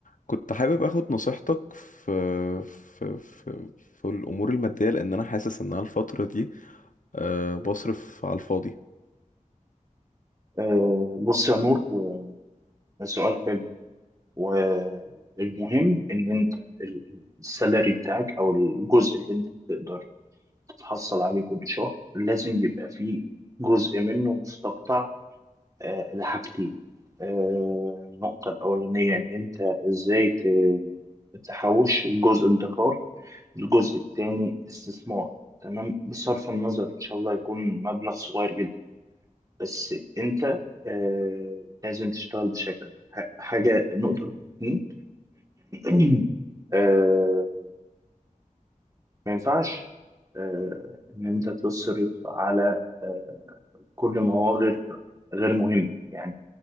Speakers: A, on the left; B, on the right.
A: كنت حابب اخد نصيحتك في في في, في الامور الماديه لان انا حاسس ان انا الفتره دي أه بصرف على الفاضي
B: آه، بص يا نور آه، سؤال حلو والمهم ان انت ال- السالري بتاعك او الجزء اللي انت بتقدر تتحصل عليه كل شهر لازم يبقى فيه جزء منه مستقطع آه، لحاجتين آه، النقطة الأولانية إن أنت إزاي ت- تحوش الجزء ادخار الجزء التاني استثمار تمام بصرف النظر إن شاء الله يكون مبلغ صغير جدا بس انت آه لازم تشتغل بشكل ده. ح- حاجه نقطه رقم اتنين <clears throat> آه ما ينفعش آه ان انت تصرف على آه كل ما هو غير غير مهم يعني